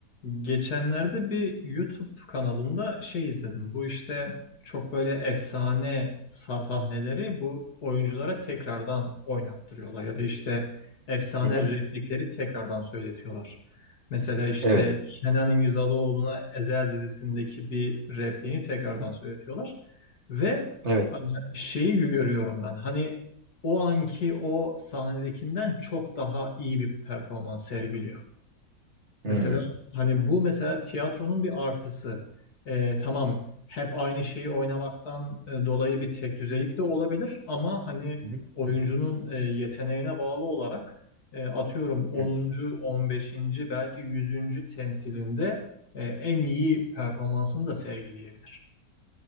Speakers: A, on the left; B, on the right.
A: Geçenlerde bir YouTube kanalında şey izledim. Bu işte çok böyle efsane sa- sahneleri bu oyunculara tekrardan oynattırıyorlar ya da işte efsane
B: Hı hı.
A: replikleri tekrardan söyletiyorlar. Mesela işte
B: Evet.
A: Kenan İmirzalıoğlu'na Ezel dizisindeki bir repliğini tekrardan
B: Hı hı.
A: söyletiyorlar. Ve
B: Evet.
A: hani şeyi görüyorum ben. Hani o anki o sahnedekinden çok daha iyi bir performans sergiliyor. Mesela
B: Hı.
A: hani bu mesela tiyatronun bir artısı. Ee, tamam hep aynı şeyi oynamaktan e, dolayı bir tek düzelik de olabilir ama hani
B: Hı hı.
A: oyuncunun e, yeteneğine bağlı olarak e, atıyorum onuncu.
B: hı.
A: on beşinci belki yüzüncü temsilinde e, en iyi performansını da sergileyebilir.